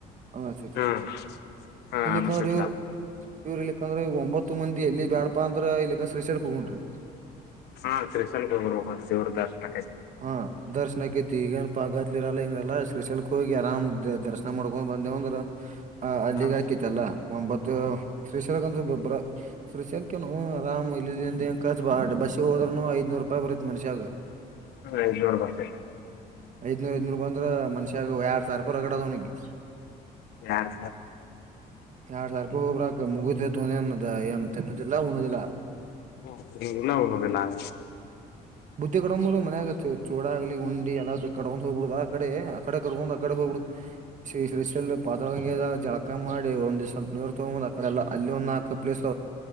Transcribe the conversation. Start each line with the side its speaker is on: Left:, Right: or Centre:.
Right: ಅನಸ್ತೆತ್
Left: ಹ್ಮ್ ಹಾ
Right: ಇಲ್ಲಿಕ್ಕಂದ್ರೆ
Left: ಅನಸತ್ಲಾ
Right: ಇವ ಇವ್ರ ಇಲ್ಲಿಕ್ಕಂದ್ರೆ ಒಂಬತ್ತ ಹತ್ತು ಮಂದಿ ಎಲ್ಲಿ ಬ್ಯಾಡಪ ಅಂದ್ರ ಇಲ್ಲಿಕ್ಕ ಶ್ರೀಶಲ್ಕ ಹೋಗೋನ್ರೀ.
Left: ಹಾ ಶ್ರೀಶೈಲ್ ಹೋಗ್ ಬರಬೇಕ ನೋಡ್ ದೇವರ ದರ್ಶನ ಆಕೈತಿ.
Right: ಹ ದರ್ಶನ್ ಆಕೈತಿ ಈಗೇನ್ ಪಾ ಗದ್ಲ ಇರಲ್ಲ ಏನ್ ಇರಲ್ಲಾ ಶ್ರೀಶಲ್ಕ್ ಹೋಗಿ ಆರಾಮ್ ದ ದರ್ಶನ ಮಾಡ್ಕೊಂಡ್ ಬಂದೇಂದ್ರ ಆ ಅಲ್ಲಿಗೆ
Left: ಹಾ
Right: ಹಾಕಿತ್ತಲ್ಲ ಒಂಬತ್ತು ಶ್ರೀಶಲಕ ಅಂದ್ರ ಬಬ ಶ್ರೀಶರ್ಕನು ಆರಾಮ್ ಇಲ್ಲಿ ಕ ಬಾ ಬಸಿ ಹೋದ ಐದುನೂರು ರೂಪಾಯಿ ಬರುತ್ತ ಮಷ್ಯಾಗ
Left: ಹ ಜೋರ್ ಬರ್ತ
Right: ಐದ್ನೂರ ಐದನೂರು ಬ ಅಂದ್ರ ಮನ್ಷ್ಯಾಗ ಎರಡ್ ಸಾವಿ ರೂಪಾಯಿ ರರಡದ ಅವನಿಗೆ
Left: ನ್
Right: ಎರಡ್ ಸಾವಿರ ರೂಪಾಯಿ ಹೋಗಬ್ರಾಕ್ ಮುಗತಿತ್ಂದದ ಏನ್ ತಿನ್ನುದಿಲ್ಲ ಉಣುದಿಲ್ಲ
Left: ಹ್ಮ ನಿಲ್ಲ ಒ್ಣದ ನಾನ
Right: ಬುದ್ದಿ ಕಡೊಂಡಂಬ್ರ ಮನ ಆಗತ್ತೆ ಚೋಡ ಆಗ್ಲಿ ಉಂಡಿ ಎಲ್ಲ ಕಡೊಂಡ ಹೋಗ್ಬ ಬಿಡುದ ಆ ಕಡೆ ಆಕಡೆ ಕಡ್ಕೊಂಡ್ ಆಕಡೆ ಹೋಗಬಿ ಸಷಲ್ಲಿ ಪಾತ್ರಂಗಗೆದ ಜಳಕ ಮಾಡಿ ಒಂದ ದ್ ಸ್ವಲ್ಪ ನೀವರ್ ತಗೊ್ ಅ ಕಡೆ ಎಲ್ಲಲ್ಲಿ ಒಂದ ನಾಕಕ್ ಪಲೇಸ್